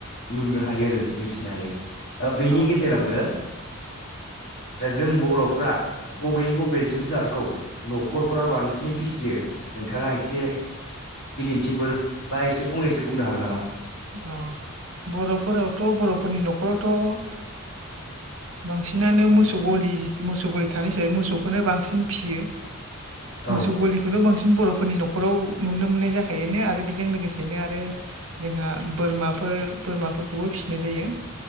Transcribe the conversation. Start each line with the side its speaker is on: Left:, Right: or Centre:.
Left: नुनो हायो आरो मिथिनो हायो बेनि
Right: औ
Left: गेजेरावनो
Right: <inaudible>
Left: दा जों बर'फ्रा बबे बबे जिब जुनारखौ न'खरफोराव बांसिनै फिसियो नोंथाङा एसे बिदिन्थिफोर बा एसे फंनैसो बुंनो हागोन नामा
Right: औ बर'फोरावथ' बर'फोरनि न'खरावथ' बांसिनानो मोसौ गलि मोसौ गलि थानाय हिसाबै मोसौखौनो बांसिन फियो
Left: औ
Right: मसौ गलि बेखौथ' बांसिन बर'फोरनि न'खराव नुनो मोननाय जाखायोनो आरो बेजों लोगोसेनो आरो जोंहा बोरमाफोर बोरमाफोरखौबो फिसिनाय जायो